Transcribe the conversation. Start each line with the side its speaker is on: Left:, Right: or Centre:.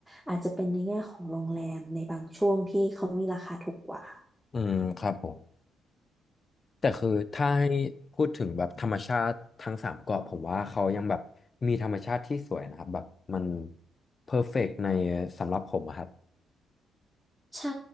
Centre: อาจจะเป็นในแง่ของโรงแรมในบางช่วงที่เขามีราคาถูกกว่า
Left: อืมครับผมแต่คือถ้าให้พูดถึงแบบธรรมชาติทั้งสามเกาะผมว่าเขายังแบบมีธรรมชาติที่สวยนะครับแบบมันเพอร์เฟกต์ในสำหรับผมอะครับ
Centre: ใช่